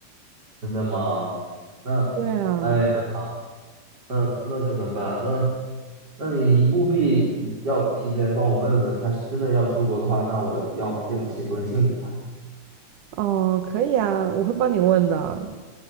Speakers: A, on the right; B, on the right.
A: 真的吗？那，
B: 对啊，
A: 哎呀，那那可怎么办？那那你一务必要提前帮我问问，他是真的要出国的话，那我要要写封信给他。
B: 哦，可以啊，我会帮你问的。